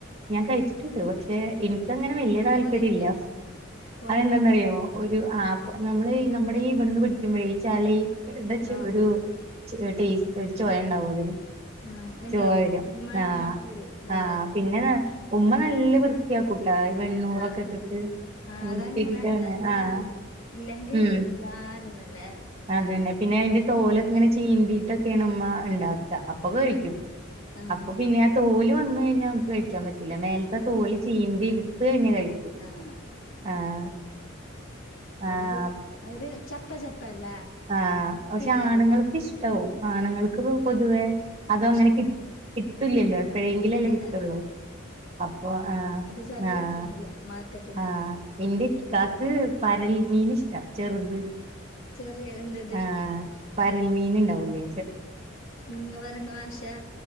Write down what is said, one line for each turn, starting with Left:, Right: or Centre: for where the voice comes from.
Right: ഞാൻ കഴിച്ചിട്ടുണ്ട്. പക്ഷെ ഇൻക്കങ്ങനെ വല്യ താല്പര്യല്ല.
Left: പോയ മീന് പുഴ
Right: അതെന്താന്നറിയോ
Left: മീൻ
Right: ഒരു ആ പ്പൊ നമ്മള് നമ്മുടെ ഈ ഇവിടുന്ന് പിടിക്കുമ്പോഴേ ഈ ചളി- ടെചൊരു
Left: ആ
Right: ചൊ ടേസ്റ്റ് ഒരു ചൊയ ഉണ്ടാവും അതിന് <unintelligible>
Left: ആ ഉണ്ടാവും ഒരു മണം
Right: ആ
Left: വരും വേറെ
Right: ആ പിന്നെന്നാ ഉമ്മ നല്ല വൃത്തിയാ കൂട്ടാ ഈ വെണ്ണൂറൊക്കെ
Left: ആ
Right: ഇട്ടിട്ട്
Left: ആഹ് അതങ്ങനെ
Right: വൃത്തിയാക്കിട്ടാണ്
Left: ആക്കലാ ജാറ്
Right: ആഹ്
Left: ഇല്ലെങ്കി
Right: ഉം
Left: ജാറന്നല്ലേ
Right: അതന്നെ
Left: ആഹ്
Right: പിന്നെ അതിന്റെ തോലൊക്കെ ഇങ്ങനെ ചീന്തിട്ടൊക്കെയാണ് ഉമ്മ ഉണ്ടാക്കുക അപ്പൊ കഴിക്കും
Left: ആഹ് ആഹ്
Right: അപ്പൊ പിന്നെ ആ തോല് വന്ന് കഴിഞ്ഞാൽ നമുക്ക് കഴി ക്കാൻ പറ്റില്ല മേലത്തെ
Left: ആഹ്
Right: തോല് ചീന്തി എടുത്ത് ഇങ് കഴിക്കും
Left: ആഹ്
Right: ആഹ് ആഹ്
Left: എണക്കി അര് ചപ്പ ചപ്പല്ലേ
Right: ആഹ് പക്ഷെ
Left: ഇല്ല
Right: ആണുങ്ങൾക്ക്
Left: അല്ലേ?
Right: ഇഷ്ടാവും ആണുങ്ങൾക്ക് പൊതുവേ അതും
Left: ഇഷ്ടം
Right: അങ്ങനെ കി കിട്ടുല്ലല്ലോ എപ്പോഴെങ്കിലും
Left: അതന്നെ
Right: അല്ലേ കിട്ടുള്ളൂ അപ്പൊ ആഹ്
Left: ചെല്ല
Right: ആഹ്
Left: കിട്ടുന്നില്ല മാർക്കറ്റിൽ
Right: ആഹ്
Left: നിന്ന്
Right: എന്റെ ഇക്കാക്ക് പരൽ മീൻ ഇഷ്ടാ ചെറുത്
Left: ചെറിയ എന്തത്
Right: ആഹ് പരൽ മീൻ ഉണ്ടാവുല്ലേ
Left: നിങ്ങ പറയുന്ന ആശാ